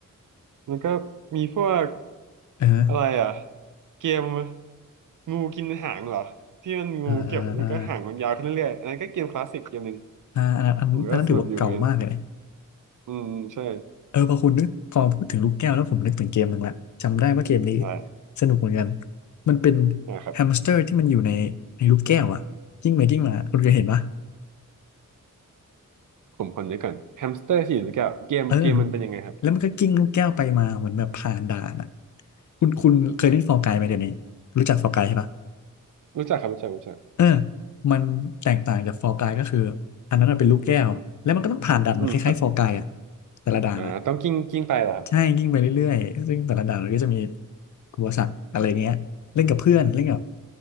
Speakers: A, on the right (about 65°); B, on the left (about 60°).
A: มันก็มีพวก
B: เออ
A: อะไรอ่ะเกมงูกินหางเหรอที่มันงูเก็บแล้วก็หางมันยาวขึ้นเรื่อยๆอันนั้นก็เกมคลาสสิกเกมหนึ่ง
B: อ่าอ่าอ่าอ่าอันอันนั้นถือว่าเก่ามากเลยนะ
A: ผมก็สนุกอยู่เหมือนกัน อืมใช่
B: เออพอคุณนึกพอพูดถึงลูกแก้วแล้วผมนึกถึงเกมหนึ่งละจำได้ว่าเกมนี้
A: อด้
B: สนุกเหมือนกันมันเป็น
A: นะครับ
B: แฮมสเตอร์ที่มันอยู่ในในลูกแก้วอะกิ้งไปกิ้งมาคุณเคยเห็นปะ
A: ผมคนเดียวก่อนแฮมสเตอร์ที่อยู่ลูแก้วเกมเกมมันเป็นยังไงครับ
B: เออแล้วมันก็กิ้งลูกแก้วไปมาเหมือนแบบผ่านด่านอ่ะคุณคุณเคยเล่นฟอร์กายไหมเดี๋ยวนี้รู้จักฟอร์กายใช่ปะ
A: รู้จักครับรู้จักรู้จัก
B: เออมันแตกต่างจากฟอร์กายก็คืออันนั้นมันเป็นลูกแก้ว แล้วมันก็ต้องผ่านด่านเหมือนคล้ายๆฟอร์กายอ่ะ
A: อืมครับ
B: แต่ละด่านอ่ะ
A: อ่าต้องกิ้งกิ้งไปเหรอครับ
B: ใช่ยิ่งไปเรื่อยๆซึ่งแต่ละด่านมันก็จะมีอุปสรรคอะไรเงี้ยเล่นกับเพื่อนเล่นกับ